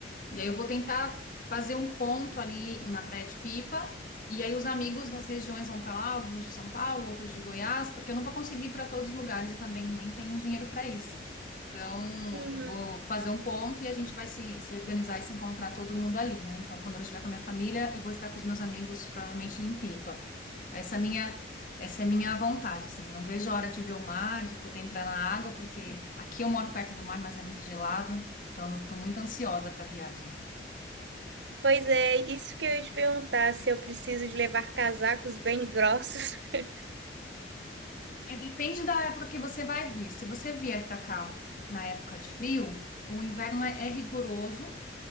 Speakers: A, on the left; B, on the right.
A: E aí eu vou tentar fazer um ponto ali na Praia de Pipa. E aí os amigos das regiões vão para lá, alguns de São Paulo, outros de Goiás, porque eu não vou conseguir ir para todos os lugares e também nem tenho dinheiro para isso. Então,
B: uhum.
A: eu vou fazer um ponto e a gente vai se, se organizar e se encontrar todo mundo ali, né? Então, quando eu estiver com a minha família, eu vou estar com os meus amigos, provavelmente em Pipa. Essa é a minha, essa é a minha vontade, assim. Não vejo a hora de ver o mar, de poder entrar na água, porque aqui eu moro perto do mar, mas é muito gelado. Então, estou muito ansiosa para a viagem.
B: Pois é, isso que eu ia te perguntar, se eu preciso de levar casacos bem grossos. <laughs>
A: É, depende da época que você vai vir. Se você vier para cá na época de frio, o inverno é, é rigoroso,